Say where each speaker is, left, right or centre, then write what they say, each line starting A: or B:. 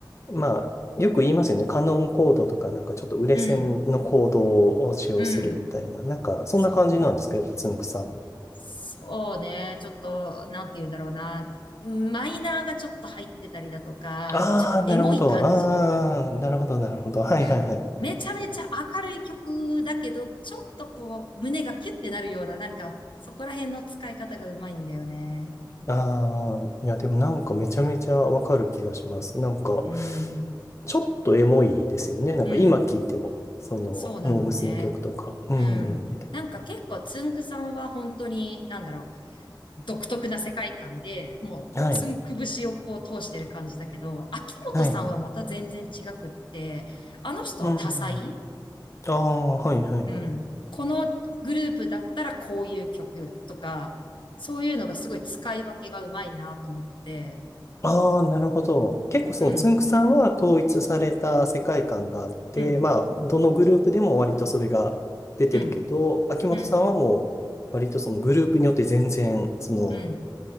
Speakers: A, on the left; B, on the left.
A: まあ、よく言いますよね。カノンコードとか、なんかちょっと売れ線のコードを使用するみたいな。
B: うん、うん、
A: なんか、そんな感じなんですかやっぱつんくさんも。
B: そう。そうね。ちょっと、なんて言うんだろうな。マイナーがちょっと入ってたりだとか、
A: ああ、
B: ちょっとエモい感じ。
A: なるほど。ああ、なるほど、なるほど。はいはいはい。
B: うん。めちゃめちゃ明るい曲だけど、ちょっとこう、胸がキュッてなるような、なんか、そこら辺の使い方がうまいんだよね。
A: ああ、いや、でもなんかめちゃめちゃわかる気がします。なんか、
B: うん。
A: ちょっとエモいですよね。なんか今聴いても、
B: うん。
A: その、
B: そうなのね。
A: モームスの曲とか。うん。
B: うん。なんか結構、つんくさんは本当に、なんだろう。独特な世界観で、もう、
A: はい。
B: つんくぶしをこう通してる感じだけど、秋元さんはまた全然違くって、
A: はいはい。
B: あの人は多彩
A: うんうん。ああ、はいはいはい。
B: うん。このグループだったらこういう曲とか、そういうのがすごい使い分けがうまいなと思って、
A: ああ、なるほど。結構そのつんくさんは統一された世界観があって、
B: うん、うん、
A: まあ、どのグループでも割とそれが出てるけど、
B: うん、
A: 秋元さんはもう割とそのグループによって全然、
B: うん、
A: その、
B: うん。